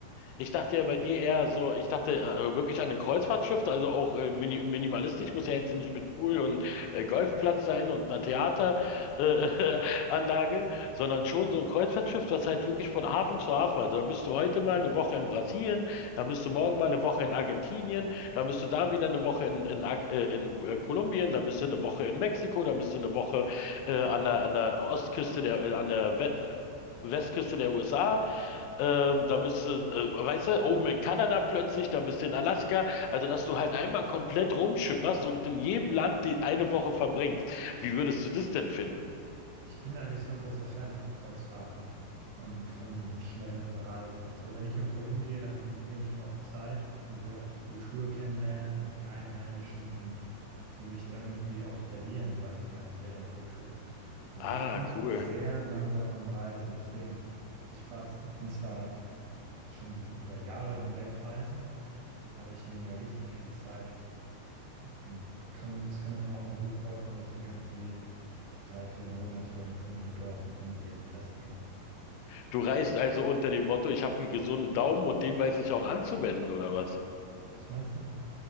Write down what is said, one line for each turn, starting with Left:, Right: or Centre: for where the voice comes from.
Left: Ich dachte ja bei dir eher so, ich dachte äh, wirklich an ein Kreuzfahrtschiff, also auch äh, mini minimalistisch, muss ja jetzt nicht mit Pool und äh, Golfplatz sein und einer Theateranlage, äh, <laughs> Anlage, sondern schon so ein Kreuzfahrtschiff, das halt wirklich von Hafen zu Hafen, also da bist du heute mal eine Woche in Brasilien, dann bist du morgen mal eine Woche in Argentinien, dann bist du da wieder eine Woche in, in, Ar- äh, in äh, Kolumbien, dann bist du eine Woche in Mexiko, dann bist du eine Woche äh, an der, an der Ostküste der, äh, an der We Westküste der USA. Ähm, dann bist du, äh, weißt du, oben in Kanada plötzlich, dann bist du in Alaska. Also, dass du halt einmal komplett rumschipperst und in jedem Land die eine Woche verbringst. Wie würdest du das denn finden?
Right: Ich bin da nicht so ein großer Fan von Kreuzfahrten und von schnellem Reisen. So, wenn ich irgendwo hingehe, dann nehme ich mir auch Zeit und will auch die Kultur kennenlernen und die Einheimischen und will mich da irgendwie auch verlieren, sage ich mal, in deren Kultur. Also
Left: Ah,
Right: ich bin
Left: cool.
Right: sehr langsam am Reisen, deswegen, ich war, ich bin zwar schon über Jahre hinweg reisen, aber ich nehme mir richtig viel Zeit und kann, es kann dann auch mal gut vorkommen, dass ich irgendwie drei, vier Monate in irgendeinem Dorf in Indien festhänge.
Left: Du reist also unter dem Motto, ich habe einen gesunden Daumen und den weiß ich auch anzuwenden, oder was?
Right: Was meinst du?